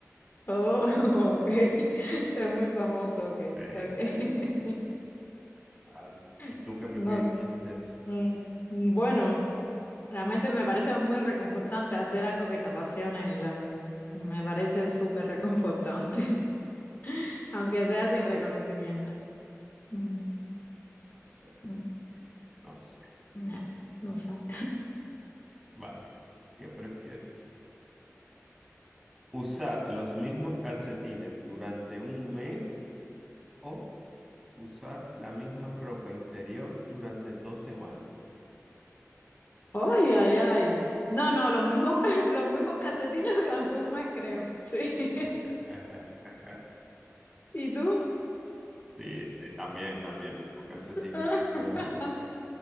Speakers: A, on the left; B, in the centre.
A: Oh, <laughs> ok.
B: Sí, sí, sí,
A: Ser
B: sí,
A: muy famoso, ok,
B: sí,
A: ok.
B: sí, sí, claro. ¿Y
A: <laughs>
B: tú qué preferirías
A: No,
B: de eso?
A: Mm, mm, Bueno, realmente me parece muy reconfortante hacer algo que te apasione en la vida. Me parece súper reconfortante, <laughs> aunque sea sin reconocimiento. Mm,
B: No sé,
A: mm,
B: no sé.
A: nah, no sabe.
B: Vale, ¿qué prefieres? ¿Usar los mismos calcetines durante un mes o usar la misma ropa interior durante dos semanas?
A: Ay, ay, ay. No, no, los mismos, <laughs> los mismos calcetines <laughs> durante un mes, creo. Sí. <laughs>
B: Eh, eh, eh.
A: ¿Y tú?
B: Sí, sí, también, también, lo mismo calcetines,
A: <laughs>
B: sin duda alguna.